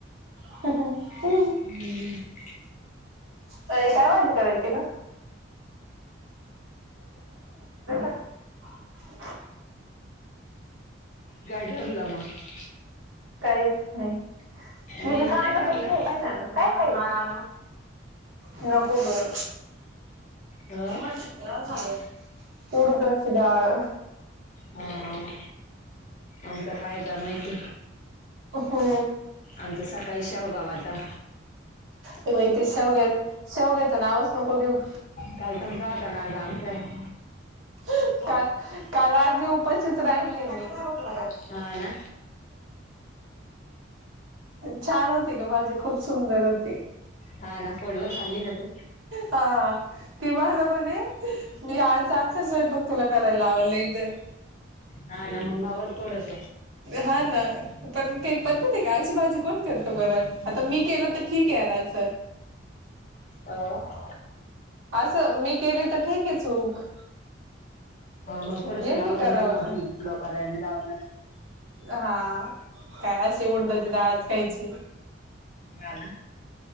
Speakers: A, on the right; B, on the left.
A: <unintelligible>
B: <unintelligible>
A: काय कामं होती करायची का? <unintelligible>
B: काय ठरलं मग
A: काहीच नाही, की
B: मेनू
A: बी सांगतच
B: ठरला
A: नाही काय ना नको गं
B: हो
A: जेवाण झालय, ती उडदाची डाळ
B: हा, हा आमचं काय का माहिती.
A: हो
B: आमचं सकाळी शेवगा व्हता.
A: ते बाई शेवग, शेवग्याच नावच नको घेवू
B: काल तुमचा व्हता, आज आमचा हाय
A: का, काल अर्धी उपाशीच राहिलेय मी
B: हा ना
A: छान होती गं भाजी खूप सुंदर होती.
B: हा ना पोटभर खाल्ली ना तू
A: हा ती मला म्हणे, मी आज आख्ख स्वयंपाक तुला कराय लावालंय गं
B: हा ना मग नवाज थोडस
A: हा ना पण काही पद्धती आहे का आशी बाजी कोण करत बरं, आता मी केलं तर ठीक आहे राजचं
B: <unintelligible>
A: असं, मी केली तर ठीकय चूक
B: ह मग थोडस
A: यांनी
B: नावज
A: करावा
B: माझी मागती,
A: का
B: तुला करायने लावल.
A: हा, काय अशी उडदाची डाळच खायची.
B: हा ना